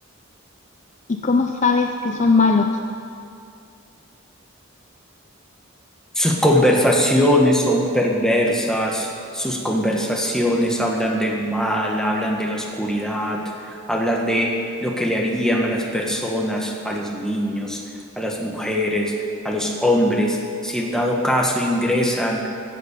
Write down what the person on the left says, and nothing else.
¿Y cómo sabes que son malos?